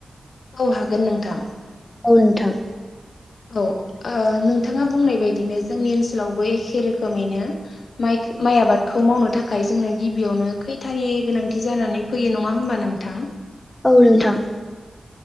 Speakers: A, on the left (about 70°); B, on the left (about 20°).
A: औ हागोन नोंथां।
B: औ नोथां।
A: औ ओ नोंथाङा बुंनाय बायदिनो जोंनि ओनसोलावबो एखे रोखोमैनो माइख माइ आबादखौ मावनो थाखाय जोंनो गिबियावनो खैथारि गोनांथि जानानै फैयो नङा होमबा नोंथां।
B: औ नोंथां।